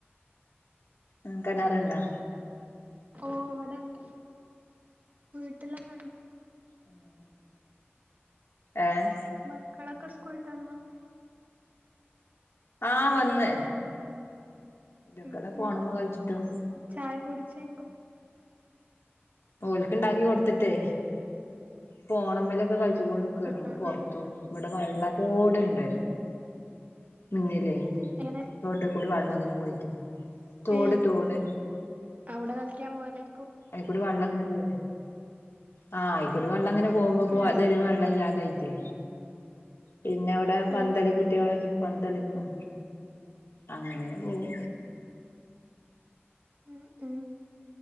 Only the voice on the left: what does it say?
ഉം കെനറുണ്ടാ?
ഉം. ഏഹ്.
ആഹ് വന്ന് അയ്ന്റിക്കൂടെ
ഫോണിമ്മെ
കളിച്ചിട്ടും
ഓൽക്കിണ്ടാക്കി കൊടുത്തിട്ടേ. ഫോണുമ്മലൊക്കെ കളിച്ച് കൊണ്ട് നിക്കെനു
പുറത്തും
ഇവിടെ വെള്ളറ്റോടുണ്ട് മുന്നില്.
തോട്ട്ക്കൂടി വള്ളം ഇങ്ങനെ പോയിട്ട് തോട്
തോട്.
അയിക്കൂടി വെള്ളം ങ്ങനെ പോരും ആഹ് ആയിക്കോടി വെള്ളം അങ്ങനെ പോകുമ്പോ പ്പം
അതരെ വെള്ളം ഇല്ലാതായിട്ടേ പിന്നെ ഇവിടെ പന്തളി
കുട്ടികള് പന്തളിക്കും അങ്ങനെ പോം